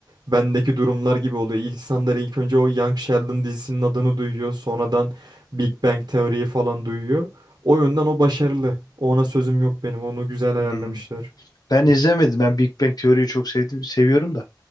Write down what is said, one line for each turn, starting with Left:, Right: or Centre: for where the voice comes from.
Right: bendeki durumlar gibi oluyor. İnsanlar ilk önce o Young Sheldon dizisinin adını duyuyor. Sonradan Big Bang teoriyi falan duyuyor. O yönden o başarılı. Ona sözüm yok benim. Onu güzel ayarlamışlar.
Left: Hmm. Ben izlemedim. Ben Big Bang Teori'yi çok sevdim, seviyorum da.